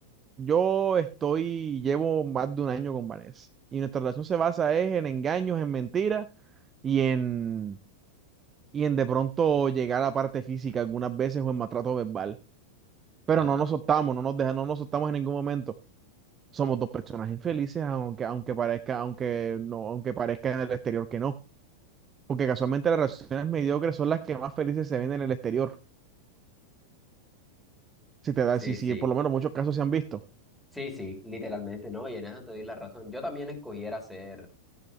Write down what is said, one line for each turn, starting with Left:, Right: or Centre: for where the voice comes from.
Right: Yo estoy, llevo más de un año con Vanessa y nuestra relación se basa es en engaños, en mentiras y en, y en de pronto llegar a la parte física algunas veces o en maltrato verbal. Pero
Centre: Ajá,
Right: no nos soltamos, no nos deja- no nos soltamos en ningún momento. Somos dos personas infelices, aunque, aunque parezca, aunque no, aunque parezca en el exterior que no. Porque casualmente las relaciones mediocres son las que más felices se ven en el exterior. Si te da,
Centre: sí,
Right: si, si
Centre: sí.
Right: por lo menos muchos casos se han visto.
Centre: Sí, sí, literalmente, no, y en eso te doy la razón. Yo también escogiera ser